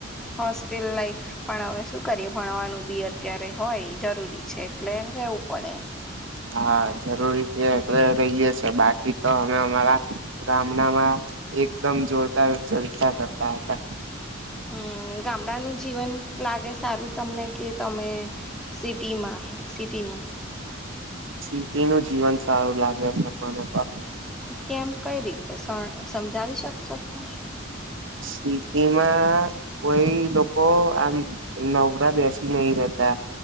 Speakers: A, in the centre; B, on the right.
A: હોસ્ટેલ લાાઈફ. પણ હવે શું કરીએ, ભણવાનું બી અત્યારે હોય, જરૂર. જરૂરી છે, એટલે રહેવું પડે.
B: હા, જરૂરી છે. હવે રહીએે છે, બાકી તો અમે અમારા ગામડામાં એકદમ જોરદાર ચર્ચા કરતા હતા.
A: હમ. ગામડાનું જીવન લાગે સારું તમને, કે તમે સિટીમાં સિટી? નવ
B: સીટી નું જીવન સારું લાગે છે મને પણ.
A: કેમ, કઈ રીતે સમ સમજાવી શકશો તો?
B: સિટીમાં કોઈ લોકો આમ નવરા બેસી નહી રહેતા.